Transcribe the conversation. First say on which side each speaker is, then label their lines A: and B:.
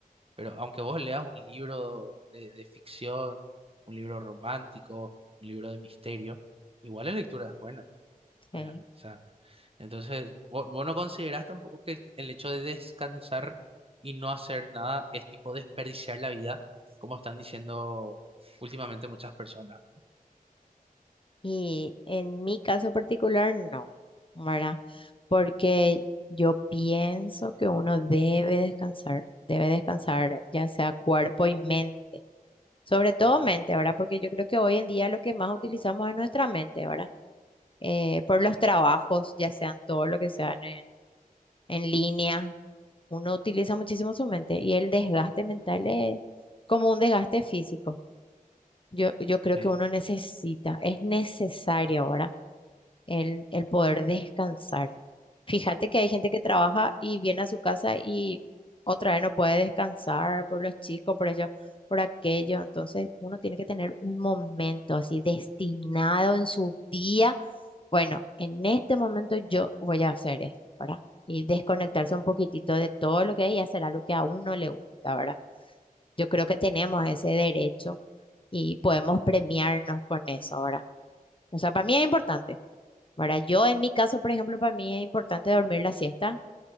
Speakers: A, on the right; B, on the left.
A: pero aunque vos leas un libro de, de ficción, un libro romántico, un libro de misterio, igual la lectura es buena,
B: Sí.
A: ¿verdad? O sea, entonces, vo- vos, no considerás tampoco que el el hecho de descansar y no hacer nada es tipo desperdiciar la vida, como están diciendo últimamente muchas personas, ¿no?
B: Y en mi caso particular, no, ¿verdad? Porque yo pienso que uno debe descansar, debe descansar ya sea cuerpo y mente, sobre todo
A: Ujú,
B: mente, ¿verdad? Porque yo creo que hoy en día lo que más utilizamos es nuestra mente, ¿verdad? Eh, por los trabajos, ya sean todo lo que sean en, en línea, uno utiliza muchísimo su mente y el desgaste mental es como un desgaste físico. Yo, yo creo
A: Sí.
B: que uno necesita, es necesario ahora el, el poder descansar. Fíjate que hay gente que trabaja y viene a su casa y otra vez no puede descansar por los chicos, por ello, por aquello. Entonces uno tiene que tener un momento así destinado en su día. Bueno, en este momento yo voy a hacer esto, ¿verdad? Y desconectarse
A: ujú.
B: un poquitito de todo lo que hay y hacer algo que a uno le gusta, ¿verdad? Yo creo que tenemos ese derecho y podemos premiarnos con eso ¿verdad? O sea, para mí es importante, ¿verdad? Yo en mi caso, por ejemplo, para mí es importante dormir la siesta,